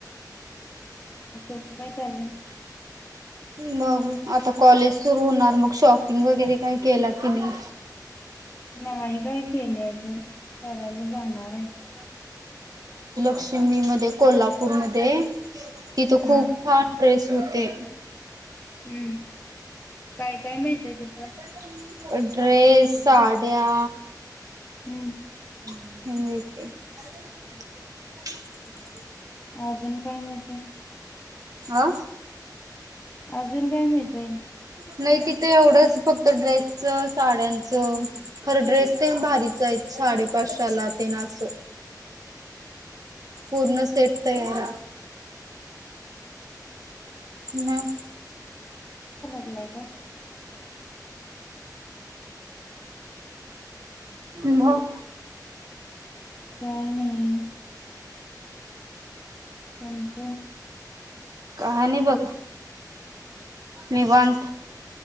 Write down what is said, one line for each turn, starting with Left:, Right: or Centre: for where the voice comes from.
Left: तुझं काय चाललंय.
Right: मग आता कॉलेज सुरू होणार मग शॉपिंग वगैरे काही केला की नाही.
Left: नाही काय. केले अजून करायला जाणाराय.
Right: लक्षिमी मध्ये कोल्हापूरमध्ये तिथ खूप
Left: हा
Right: छान ड्रेस. होतेे.
Left: हम्म काय काय मिळतय ते.
Right: <unintelligible> ड्रेस, साड्या
Left: हम्म.
Right: <unintelligible>
Left: अजून काय मिळतय.
Right: आा.
Left: अजून काय मिळतय
Right: नाही तिथं एवढंच फक्त ड्रेसच साड्यांचं खरं ड्रेस ते भारीच आहे साडे पाचशाला ते ना अस पूर्ण सेट तयार. नाही.
Left: नाही का?
Right: म-
Left: काय नाही- कनच?
Right: आणी बघ. निवांत.